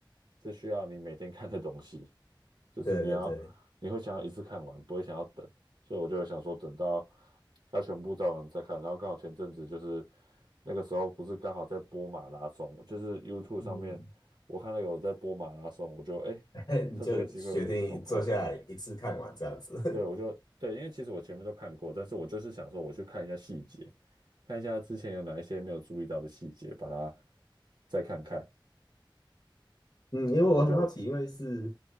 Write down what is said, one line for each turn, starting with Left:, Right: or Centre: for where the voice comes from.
Right: 是需要你每天看的东西。就是你要你会想要一次看完，
Left: 对对对，
Right: 不会想要等，所以我就想说等到它全部照完再看。然后刚好前阵子就是那个时候不是刚好在播马拉松，就是 YouTube
Left: 嗯，
Right: 上面我看到有在播马拉松，我就哎、诶
Left: <laughs> 你就决定坐下来一次看完这样子。
Right: 趁这个机会我去重看。对，我就对，因为其实我前面都看过，但是我就是想说我去看一下细节，看一下之前有哪一些没有注意到的细节，把它再看看，
Left: 嗯，因为我很好奇，
Right: 然后就
Left: 因为是